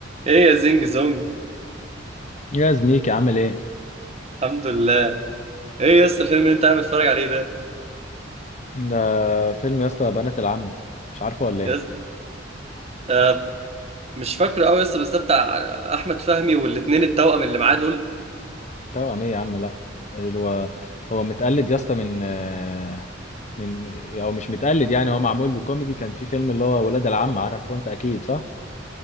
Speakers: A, on the right (about 35°); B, on the left (about 40°).
A: ايه يا زينج زونج
B: يا زميكي عامل ايه
A: الحمد لله ايه يا اسطى الفيلم اللي انت قاعد بتتفرج عليه ده
B: ده فيلم يا اسطى بنات العم مش عارفه ولا
A: يا
B: ايه
A: اسطى آه مش فاكره قوي يا اسطى بس ده بتاع احمد فهمي والاتنين التوأم اللي معاه دول
B: توأم ايه يا عم لا هو هو متقلد يا اسطى من آه، من او مش متقلد يعني هو معمول بكوميدي كان في فيلم اللي هو ولاد العم عارفه انت اكيد صح